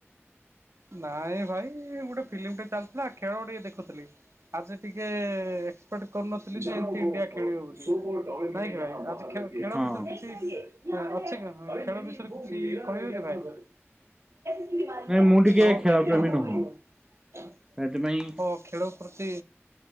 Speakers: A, on the right; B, on the right.
A: ନାଇଁ ଭାଇ ଗୋଟେ ଫିଲ୍ମ ଟେ ଚାଲିଥିଲା ଖେଳ ଟିକେ ଦେଖୁଥିଲି। ଆଜି ଟିକେ ଏସପେକ୍ଟ କରିନଥିଲି ସେ ଏମ ଇଣ୍ଡିଆ ଖେଳିବ ବୋଲି। ନାଇଁ ଭାଇ। ଖ ଖେଳ
B: ହଁ
A: ବିଷୟ ରେ କିଛି, କିଛି ଅଛି କି, ଖେଳ ବିଷୟରେ କିଛି କହିବେ କି ଭାଇ? ଛ
B: ନାଇଁ ମୁଁ ଟିକେ ଖେଳ
A: ଖାଇକି
B: ପ୍ରେମୀ
A: କଣ କରୁଛ?
B: ନୁହଁ ସେଥିପାଇଁ
A: ହଁ ଖେଳ ପ୍ରତି।